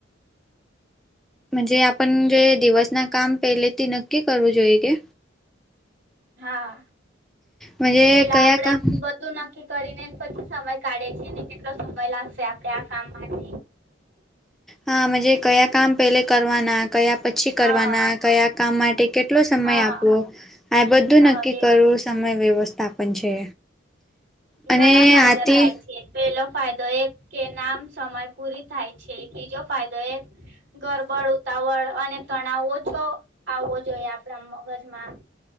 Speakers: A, in the centre; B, on the right (about 60°).
A: જ આપણ જે દિવસ ના કામ પહેલેથી નક્કી કરવું જોઈએ કે.
B: હા,
A: મજે
B: પેલા
A: કયા
B: આપડે
A: કામ
B: બધું નક્કી કરીને પછી સમય કાઢે છે ને કેટલો સમય લાગશે આપે આ કામ માટે.
A: હાજ કયા કામ પેલે કરવાના કયા પછી પછી કરવાના
B: હા
A: કયા કામ માટે કેટલો સમય
B: હા
A: આપવો, આ બધું
B: હા
A: નક્કી
B: એવી
A: કરું. સમય વ્યવસ્થા પણ છે, અને
B: ઘણા ફાયદા
A: આથી
B: થાય છે પેલો ફાયદો એક કે નામ સમય પૂરી થાય છે બીજો ફાયદો એક ગરબડ ઉતાવળ અને તણાવ ઓછો આવવો જોઈએ આપણા મગજમાં.